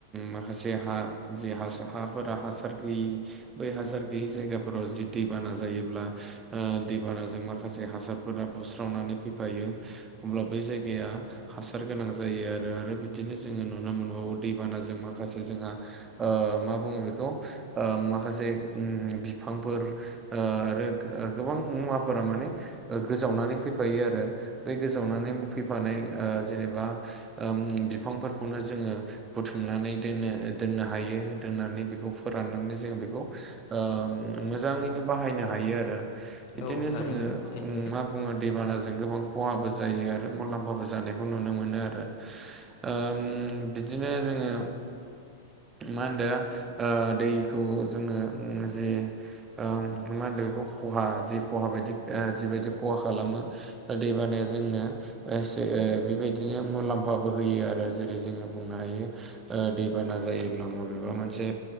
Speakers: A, on the right (about 15°); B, on the left (about 45°).
A: माखासे हा जे हासा हाफोरा हासार गैयि बै हासार गैयि जायगाफोराव जि दैबाना जायोब्ला ओ दैबानाजों माखासे हासारफोरा बुस्रावनानै फैफायो। अब्ला बै जायगाया हासार गोनां जायो आरो आरो बिदिनो जोङो नुनो मोनबावो दैबानाजों माखासे जोंहा ओ मा बुङो बेखौ ओ माखासे उम बिफांफोर ओ आरो गो-गोबां मुवाफोरा माने ओ गोजावनानै फैफायो आरो बे गोजावनानै फैफानाय ओ जेनेबा ओम बिफांफोरखौनो जोङो बुथुमनानै दोनो दोननो हायो दोननानै बेखौ फोराननानै जों बेखौ ओ मोजाङैनो बाहायनो हायो आरो बिदिनो
B: औ थारैनो
A: जोङो
B: सैथो
A: मा बुङो दैबानाजों गोबां खहाबो जायो आरो मुलाम्फाबो जानायखौ नुनो मोनो आरो ओम बिदिनो जोङो मा होनदो ओ दैखौ जोङो उम जि ओ मा होनदों बेखौ खहा जि खहा बायदि आ जिबायदि खहा खालामो ओ दैबानाया जोंनो एसे ओ बेबायदिनो मुलाम्फाबो होयो आरो जेरै जोङो बुंनो हायो ओ दैबाना जायोब्ला माबेबा मोनसे